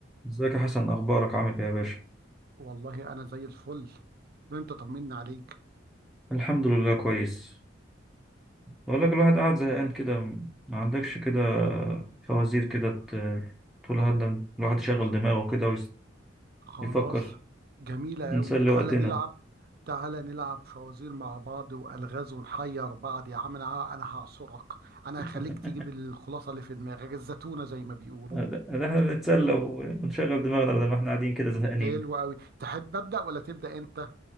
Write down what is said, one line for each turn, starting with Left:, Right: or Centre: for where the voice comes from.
Centre: ازيك يا حسن اخبارك عامل ايه يا باشا
Right: والله انا زي الفل ده انت طمنا عليك
Centre: الحمد لله كويس بقول لك الواحد قاعد زهقان كده ما عندكش كده فوازير كده ت- تقول هذا الواحد يشغل
Right: خ...
Centre: دماغه كده
Right: خلاص
Centre: ويفكر
Right: جميلة
Centre: نسلي
Right: قوي تعالى
Centre: وقتنا
Right: نلعب تعالى نلعب فوازير مع بعض والغاز ونحير بعض يا عم انا انا هعصرك انا
Centre: <laughs>
Right: هخليك تجيب الخلاصة اللي في دماغك الزتونة زي ما بيقولوا
Centre: ده ده احنا بنتسلى ونشغل دماغنا بدل ما احنا قاعدين كده زهقانين
Right: حلو قوي تحب ابدا ولا تبدا انت إيه